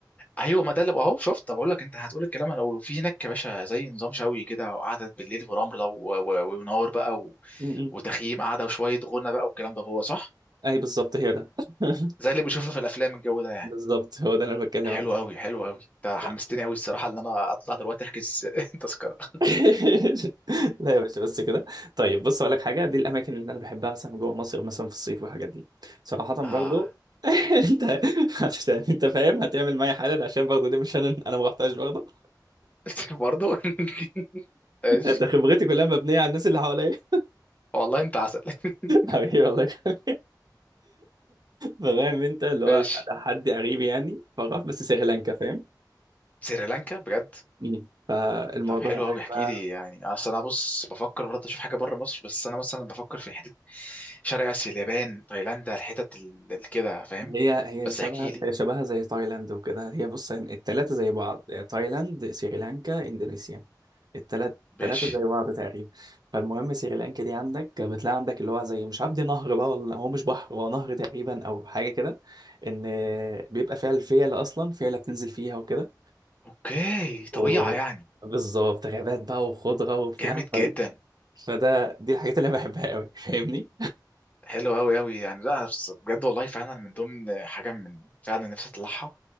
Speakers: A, on the left; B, on the right.
A: ايوه ما ده اللي اهو شفت طب اقول لك انت هتقول الكلام انا هقوله في هناك يا باشا زي نظام شوي كده وقعدة بالليل ورمله و- و- ونار بقى و...
B: م- م.
A: وتخييم قاعده وشويه غنى بقى والكلام ده هو صح
B: اي بالظبط هي ده <laughs>
A: زي اللي بشوفه في الافلام الجو ده يعني
B: بالظبط هو ده اللي انا بتكلم
A: حلو
B: عليه
A: قوي حلو قوي انت حمستني
B: لا
A: قوي الصراحه ان انا اطلع دلوقتي احجز <laughs> تذكره
B: <laughs> لا يا باشا بس كده طيب بص اقول لك حاجه دي الاماكن اللي انا بحبها مثلا جوه مصر مثلا في الصيف والحاجات دي صراحه برضو
A: اه
B: <laughs> انت هت- انت فاهم هتعمل معايا حالا عشان برضو دي مش انا انا ما رحتهاش برضو
A: <laughs> برضه <laughs> ماشي
B: <laughs> انت خبرتي كلها مبنيه على الناس اللي حواليا <laughs>
A: والله انت عسل <laughs>
B: حبيبي والله <laughs> فاهم انت اللي هو
A: ماشي
B: ده حد قريب يعني فراح بس سريلانكا فاهم
A: سريلانكا بجد
B: مم. فالموضوع
A: طب حلو
B: هناك
A: قوي احكي
B: بقى
A: لي يعني اصل انا بص بفكر برضه اشوف حاجه بره مصر بس انا مثلا بفكر في حته شرق اسيا اليابان تايلاند الحتت ال- ال- كده فاهم
B: هي هي
A: بس
B: شبه
A: احكي لي
B: هي شبهها زي تايلاند وكده هي بص التلاتة زي بعض تايلاند سريلانكا اندونيسيا التلات
A: ماشي
B: التلاتة زي بعض تقريبا فالمهم سريلانكا دي عندك بتلاقي عندك اللي هو زي مش عارف دي نهر بقى ولا هو مش بحر هو نهر تقريبا او حاجة كده ان بيبقى فيها الفيلة اصلا فيلة بتنزل فيها وكده
A: اوكي
B: و
A: طبيعه يعني
B: بالظبط غابات بقى وخضرة وبتاع
A: جامد
B: ف...
A: جدا
B: فده دي الحاجات اللي انا بحبها قوي فاهمني؟
A: حلو قوي قوي يعني لا بس بجد والله فعلا من ضمن حاجه من فعلا نفسي اطلعها